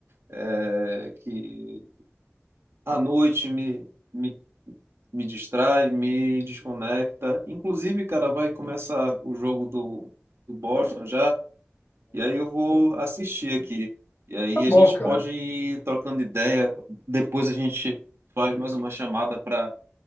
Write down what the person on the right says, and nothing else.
é, que à noite me, me, me distrai, me desconecta. Inclusive, cara, vai começar o jogo do, do Boston já, e aí eu vou assistir aqui. E aí
a gente
pode ir trocando ideia, depois a gente faz mais uma chamada para